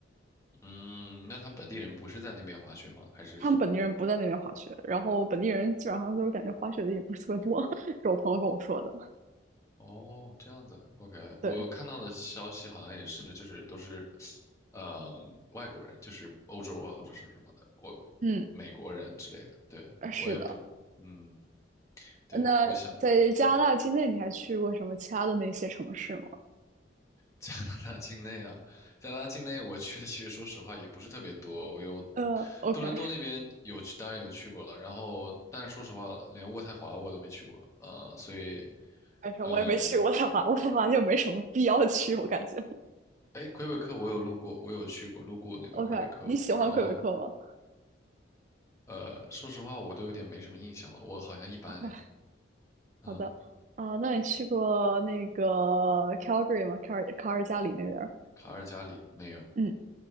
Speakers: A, on the left; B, on the right.
A: 嗯，那他们本地人不是在那边滑雪吗？还是说
B: 他们本地人不在那边滑雪，然后本地人基本上都是感觉滑雪的也不是特别多，<laughs> 是我朋友跟我说的。
A: 哦这样子？OK，
B: 对，
A: 我看到的消息好像也是，就是都是，呃，外国人，就是欧洲啊或者是什么的，我我美国人之类的，
B: 嗯，
A: 对我也不，
B: 是的。
A: 嗯，对，
B: 那在加拿大境内，
A: 我想。嗯。
B: 你还去过什么其他的那些城市吗？
A: 加拿大境内啊，加拿大境内我去的其实说实话也不是特别多，我有
B: 呃，OK。
A: 多伦多那边有去，当然有去过了，然后但是说实话，连渥太华我都没去过，呃，所以，
B: 反正我也没去渥太华，
A: 嗯、呃，
B: 渥太华就没什么必要去，我感觉。
A: 哎，魁北克我有路过，我有去过，路过那个魁北克，
B: OK，你喜欢魁北克吗
A: 然后呃，说实话我都有点没什么印象了，我好像一般哎，
B: ？OK，
A: 嗯，
B: 好的。啊、那你去过那个 Calgary 吗？卡尔卡尔加里那边儿
A: 卡尔加里没有，
B: 嗯